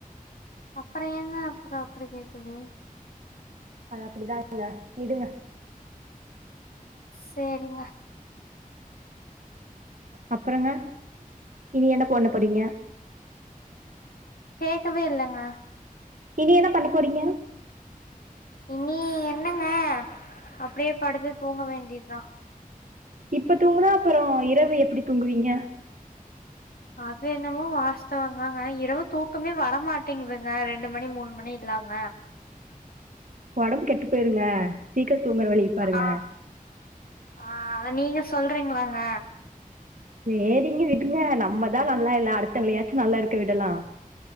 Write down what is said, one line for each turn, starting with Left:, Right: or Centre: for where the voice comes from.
Left: அப்றோ ஏங்க அப்றோ அப்டி கேக்குது
Right: அது அப்டிதாங்க விடுங்க
Left: சேரிங்க
Right: அப்றோங்க இனி என்ன பொண்ண படிங்க
Left: கேட்கவேல்லங்க
Right: இனி என்ன பண்ண போறீங்க
Left: இனி என்னங்க அப்டியே படுத்து தூங்க வேண்டிதா
Right: இப்ப தூங்குனா அப்றோ இரவு எப்டி தூங்குவீங்க
Left: அது என்னமோ வாஸ்தவதாங்க இரவு தூக்கமே வரமாட்டிங்குதுங்க ரெண்டு மணி மூணு மணி இல்லாம
Right: ஒடம்பு கெட்டு பொய்ருங்க சீக்கரோ தூங்கற வழி பாருங்க
Left: அ ஆ அத நீங்க சொல்றீங்களாங்க
Right: சேரிங்க விடுங்க நம்மதா நல்லா இல்ல அடுத்த வங்களா யாச்சு நல்லா இருக்க விடலா